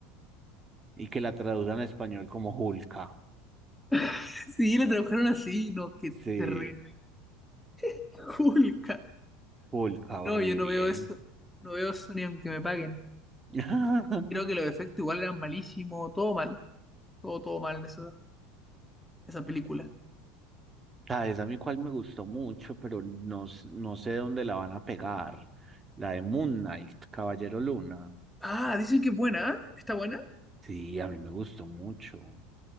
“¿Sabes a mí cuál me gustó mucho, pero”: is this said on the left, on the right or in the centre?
Right